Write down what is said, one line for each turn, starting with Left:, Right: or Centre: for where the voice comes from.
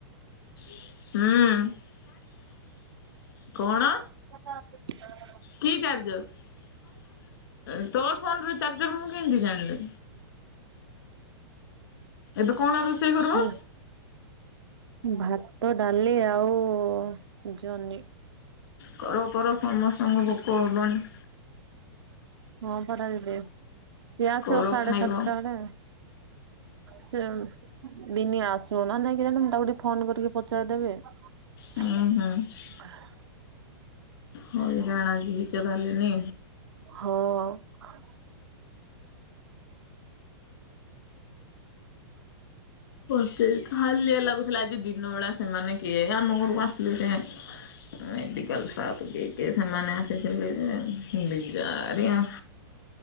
Left: ହୁଁଉଁ। କଣ?
Right: <inaudible>
Left: କି ଚାର୍ଜର ଏ ତୋର ଫୋନ ର ଚାର୍ଜର ମୁଁ କେନ୍ତି ଜାଣିଲି। ଏବେ କଣ ରୁଷେଇ କରଵ?
Right: ହେଲା ଭାତ ଡାଲି ଆଉ ଜନି।
Left: କର କର ସମସ୍ତଙ୍କୁ ଭୋକ ହବଣି।
Right: ହଁ ପରା ଦିଦି ସିଏ ଆସିବ
Left: କର
Right: ସାଢେ
Left: ଖାଇବ।
Right: ସାତଟା ବେଳେ। ସେ ବିନି ଆସିବ ନା ନାଇଁ କେଜାଣି ମୁଁ ତାକୁ ଟିକେ ଫୋନ କରିକି ପଚାରିଦେବି। <inaudible>
Left: ଉୁଁ ହୁଁ ହଇରାଣ ଆଜି ହେଇଚ ତାହେଲେ ନି?
Right: ହଅଁ। ହଁ
Left: ମତେ ହାଲିଆ ଲାଗୁଥୁଲା ଆଜି ଦିନ ବେଳା ସେମାନେ କିଏ ଆମ ଘରକୁ ଆସିଲେ କେଆଣି ମେଡିକାଲ ଷ୍ଟାଫ କିଏ କିଏ ସେମାନେ ଆସିଥିଲେ ଯେ ବିଜାରିଆ